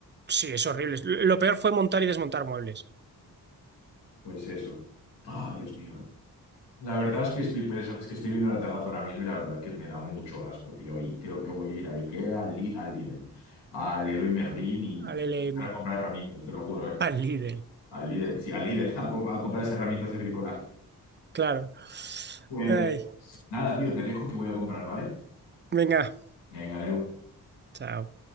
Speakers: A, on the right; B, on the left.
A: Sí, es horrible. Lo peor fue montar y desmontar muebles.
B: Pues eso. Ah, Dios mío. La verdad es que estoy pensando, es que estoy viendo la terraza ahora mismo y la verdad que me da mucho asco, tío. Y creo que voy a ir al IKEA, al, Li- al Lidl, al Leroy Merlin y
A: Al L
B: para
A: M
B: comprar herramientas, te lo juro, ¿eh?
A: al Lidl,
B: Al Lidl, sí, al Lidl, <laughs> a, co- a comprar esas herramientas de bricolaje.
A: claro.
B: Pues
A: Ay.
B: nada, tío, te dejo que voy a comprar, ¿vale?
A: Venga,
B: Venga, Deu.
A: chao.